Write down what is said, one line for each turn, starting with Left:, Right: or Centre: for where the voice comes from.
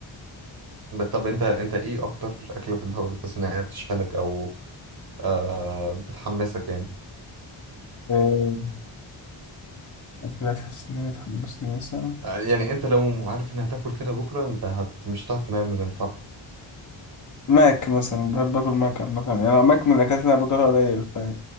Right: ب- طب انت انت ايه اكتر اكله بت- بتحس انها بتشحنك او آه بتحمسك يعني
Left: إيه، اكلك حاسس ان هي بتحمسني مثلا
Right: آه، يعني انت لو عارف انها هتاكل كده بكره انت هت... مش هتعرف تنام من الفرح
Left: ماك مثلا بحب اكل ماك عامة يعني أنا ماك من الاكلات اللي انا باكلها قليل فاهم